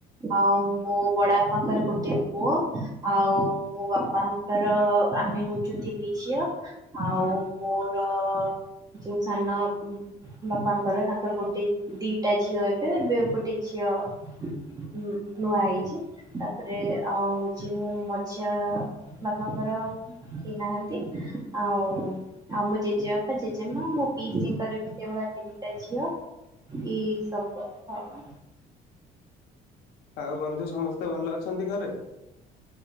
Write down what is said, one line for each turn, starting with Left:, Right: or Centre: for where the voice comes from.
Right: ଆଉ ମୋ ବଡ ବାପାଙ୍କର ଗୋଟେ ପୁଅ ଆଉ ମୋ ବାପା ର ଆମେ ହଉଚୁ ତିନି ଝିଅ ଆଉ ମୋର ଯୋଉ ସାନ ବାପାଙ୍କର, ତାଙ୍କର ଗୋଟେ ଦିଟା ଝିଅ ଏବେ, ଏବେ ଗୋଟେ ଝିଅ ଉ ନୂଆ ହେଇଚି, ତାପରେ ଆଉ ହଉଛି ମୁଁ ମଝିଆଁ ବାପାଙ୍କର କିଏ ନାହାନ୍ତି, ଆଉ ଆଉ ମୁଁ ଜେଜେବାପା ଜେ ମା, ମୋ ପିଇସିଙ୍କର ବି ସେଇଭଳିଆ ତିନିଟା ଝିଅ, ଏଇ ସବୁ କଥା ଆଉ ଆମ
Left: ଆଉ ବନ୍ଧୁ ସମସ୍ତେ ଭଲ ଅଛନ୍ତି ଘରେ?